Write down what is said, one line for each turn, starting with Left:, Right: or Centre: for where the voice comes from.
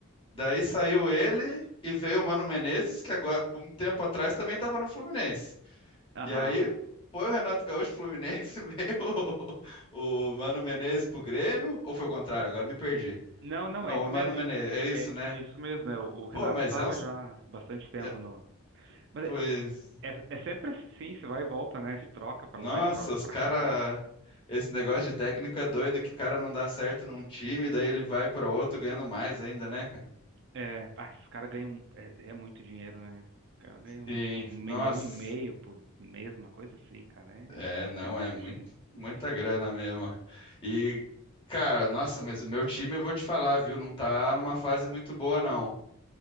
Left: Daí saiu ele e veio o Mano Menezes, que agora, por um tempo atrás, também tava no Fluminense.
Right: Aham.
Left: E aí foi o Renato Gaúcho pro Fluminense, <laughs> veio o, o Mano Menezes pro Grêmio, ou foi o contrário? Agora me perdi.
Right: Não, não,
Left: Não,
Right: é isso
Left: o
Right: mesmo.
Left: Mano Menezes, é isso,
Right: É,
Left: né?
Right: é isso mesmo. é, o Renato
Left: Pô, mas
Right: estava
Left: é uns.
Right: já há bastante tempo
Left: é,
Right: no. Mas
Left: Pois.
Right: é, é, é sempre assim, você vai e volta, né? Se troca pra
Left: Nossa,
Right: lá e troca
Left: os
Right: pra
Left: cara.
Right: cá.
Left: Esse negócio de técnico é doido, que o cara não dá certo num time, daí ele vai para outro ganhando mais ainda, né, cara?
Right: É, ah, esses caras ganham é, é muito dinheiro, né? Os caras ganham,
Left: Sim,
Right: acho que um milhão
Left: nossa.
Right: e meio por mês, uma coisa assim, cara.
Left: É, não,
Right: É, é muito
Left: é muito,
Right: dinheiro. <laughs>
Left: muita grana mesmo. E, cara, nossa, mas o meu time, eu vou te falar, viu? Não tá numa fase muito boa, não.